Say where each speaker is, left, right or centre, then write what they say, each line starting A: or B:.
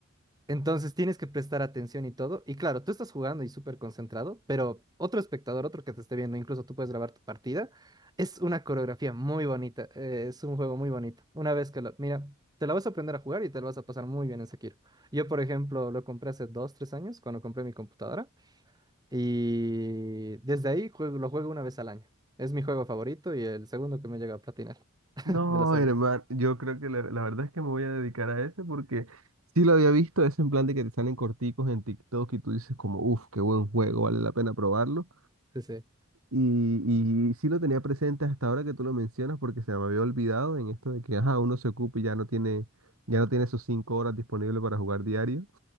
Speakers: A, on the right; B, on the right.
A: Entonces tienes que prestar atención y todo. Y claro, tú estás jugando y súper concentrado, pero otro espectador, otro que te esté viendo, incluso tú puedes grabar tu partida. Es una coreografía muy bonita. eh, es un juego muy bonito. Una vez que lo... Mira, te la vas a aprender a jugar y te lo vas a pasar muy bien en Sekiro. Yo, por ejemplo, lo compré hace dos, tres años cuando compré mi computadora. Y desde ahí juego- lo juego una vez al año. Es mi juego favorito y el segundo que me llega a platinar <laughs>
B: No,
A: de los...
B: hermano. Yo creo que la, la verdad es que me voy a dedicar a ese porque sí lo había visto, es en plan de que te salen corticos en TikTok y tú dices como, uff, qué buen juego, vale la pena probarlo.
A: Sí, sí.
B: Y, y sí lo tenía presente hasta ahora que tú lo mencionas porque se me había olvidado en esto de que, ajá, uno se ocupa y ya no tiene, ya no tiene esos cinco horas disponibles para jugar diario.